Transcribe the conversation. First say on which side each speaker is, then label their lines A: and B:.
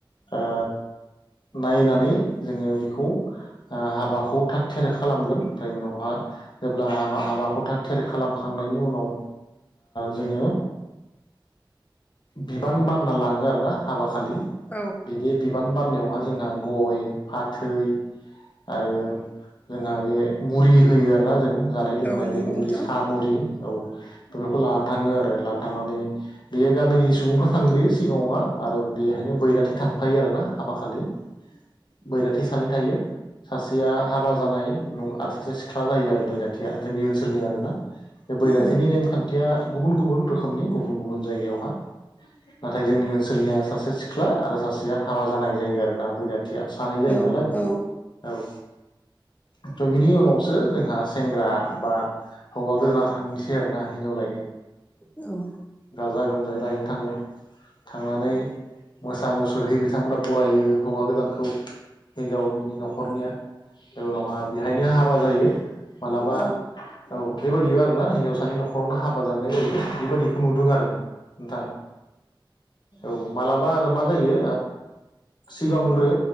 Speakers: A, on the left (about 60°); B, on the left (about 15°).
A: ओ नायनानै जोङो बेखौ हाबाखौ थाग थियारि खालामगोन ओमफ्राय उनावहा जेब्ला हाबाखौ थाग थियारि खालामखांनायनि उनाव जोङो बिबान बान खालामना लाङो आरोना हाबा खालि
B: औ
A: बिदि बे बिबान बाननायावहा जोंहा गय फाथै आरो जोंहा बे मुरि होयो आरोना जों जानाय लुंनाय
B: औ नंगौ
A: बे मुरि
B: नोंथां
A: सा मुरि औ बे हिनजावखौ लानो थाङो आरो लानानैा थांनानै बेयो गामिनि सुबुंफ्रा थांग्रोयो सिगांङावहा आरो बेहायनो बैराथि थांफायो आरोना हाबा खालि बैराथि सानै थायो सासेया हाबा जानाय न आरो सासे सिख्ला जायो आरो बैराथिया जोंनि ओनसोलनि आरो ना
B: औ
A: बे बैराथिनि
B: औ
A: नेमखान्थिया गुबुन गुबुन रोखोमनि गुबुन गुबुन जायगायावहा नाथाय जोंनि ओनसोलनिया सासे सिख्ला आरो सासेया हाबा जानाय जायो आरोना बैराथि बैराथिया सानै जायो
B: औ
A: नालाय
B: औ
A: औ थ' बिनि उनावसो जोंहा सेंग्रा बा हौवा गोदाना थांनोसै आरो ना हिनजाव लायनो
B: औ
A: गाजा गोमजायै लायनो थाङो थांनानै मोसा मुसुरै बिथांमोना बरायो हौवा गोदानखौ हिनजावनि न'खरनिया उनावहााय बेहायनो हाबा जायो माब्लाबा
B: औ
A: औ बेबायदि आरोना हिनजावसानि न'खरावनो हाबा जाननाय जायो बेबायदिखौ नुदों आरो। दा औ मालाबा आरो मा जायो। सिगांग्रो